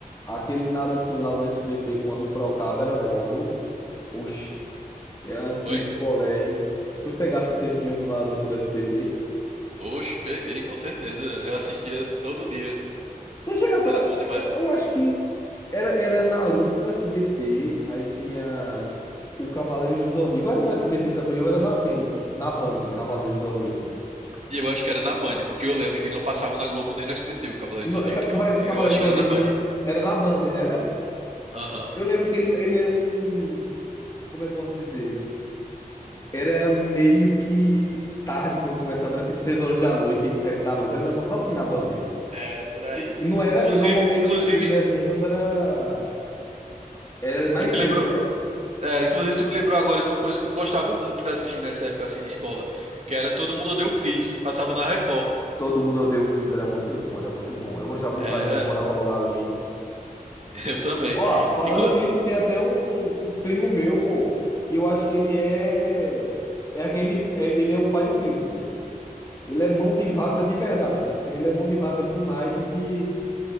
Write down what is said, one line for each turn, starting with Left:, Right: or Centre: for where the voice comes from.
Left: Aquele Narutinho lá do SBT, quando procava, era bom, viu? Oxi, é antes
Right: Foi?
Left: de ir pro colégio, tu pegasse o tempinho do Naruto no SBT.
Right: Oxe, peguei, com certeza. Eu assistia todo dia.
Left: Tu chegasse
Right: Era
Left: a...
Right: bom demais.
Left: eu, eu acho que era, era Naruto no SBT, aí tinha o Cavaleiros do Zodíaco. Era no SBT também, eu era na, ben, na Band, Cavaleiros do Zodíaco.
Right: E eu acho que era na Band, porque eu lembro que não passava na Globo nem no SBT, o Cavaleiro
Left: No,
Right: do Zodíaco.
Left: ca-
Right: Então,
Left: ca- parece
Right: eu
Left: que Cavaleiros
Right: acho que
Left: do
Right: era
Left: Zodíaco
Right: na Band.
Left: não, era na Band, né? Era?
Right: Aham.
Left: Eu lembro que ele, ele era um. Como é que eu posso dizer? Era meio que tarde quando começava, era tipo 6 horas da noite, 7 da noite, era um negócio assim na Band. E
Right: Era por aí.
Left: e não era,
Right: Inclusive,
Left: e normalmente
Right: inclusive,
Left: os desenhos era era mais
Right: tu me
Left: cedo,
Right: lembrou.
Left: né?
Right: é, inclusive, tu me lembrou agora de uma coisa que eu gostava muito de assistir nessa época assim de escola, que era Todo Mundo Odeia o Chris, passava na Record.
Left: Todo mundo odeia o Chris, era muito bom, era muito bom. Eu gostava do
Right: Era,
Left: carinha que morava logo ali.
Right: <laughs> eu também.
Left: Ó, falando
Right: Inclu...
Left: nisso, tem até um, um primo meu, pô, que eu acho que ele é é aquele é- ele é o pai do Chris, pô. Ele é mão de vaca de verdade, assim, ele é mão de vaca de um naipe que